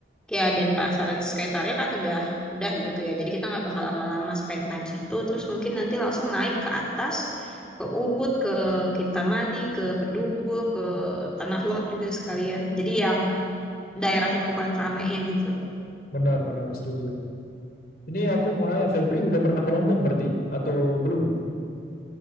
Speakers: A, in the centre; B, on the left (about 50°).
A: ya Denpasar sekitarnya kan udah udah gitu ya. Jadi kita nggak bakal lama-lama spend time situ. Terus mungkin nanti langsung naik ke atas, ke Ubud, ke Kintamani, ke Bedugu, ke Tanah Lot juga sekalian. Jadi yang daerah yang bukan ramenya gitu.
B: benar-benar setuju ini aku mau nanya Febri udah pernah ke Lombok berarti atau belum